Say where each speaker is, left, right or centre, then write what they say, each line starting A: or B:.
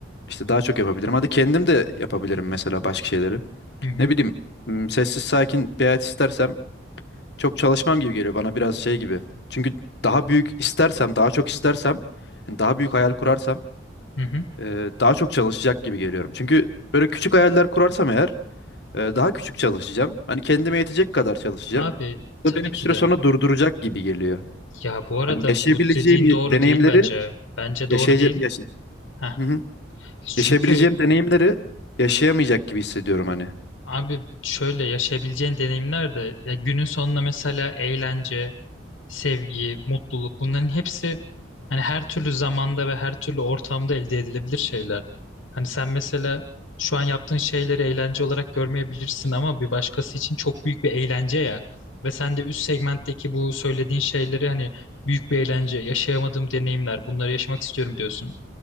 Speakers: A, on the left; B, on the left.
A: İşte daha çok yapabilirim. Hadi kendim de yapabilirim mesela başka şeyleri.
B: hı hı,
A: Ne bileyim, m, sessiz sakin bir hayat istersem çok çalışmam gibi geliyor bana biraz şey gibi. Çünkü daha büyük istersem, daha çok istersem, yani daha büyük hayal kurarsam
B: hı hı.
A: e, daha çok çalışacak gibi geliyorum. Çünkü böyle küçük hayaller kurarsam eğer e, daha küçük çalışacağım. Hani kendime yetecek kadar çalışacağım.
B: Abi tabii
A: Bu da beni bir
B: ki
A: süre
B: de.
A: sonra durduracak gibi geliyor.
B: Ya bu arada
A: Hani yaşayabileceğim
B: bu dediğin
A: ye-
B: doğru
A: deneyimleri
B: değil bence. Bence
A: yaşayacak
B: doğru değil.
A: yaşa
B: Heh.
A: Hı hı.
B: Çünkü
A: Yaşayabileceğim deneyimleri yaşayamayacak gibi hissediyorum hani.
B: abi şöyle yaşayabileceğin deneyimler de ya günün sonunda mesela eğlence, sevgi, mutluluk bunların hepsi hani her türlü zamanda ve her türlü ortamda elde edilebilir şeyler. Hani sen mesela şu an yaptığın şeyleri eğlence olarak görmeyebilirsin ama bir başkası için çok büyük bir eğlence ya. Ve sen de üst segmentteki bu söylediğin şeyleri hani büyük bir eğlence, yaşayamadığım deneyimler, bunları yaşamak istiyorum diyorsun.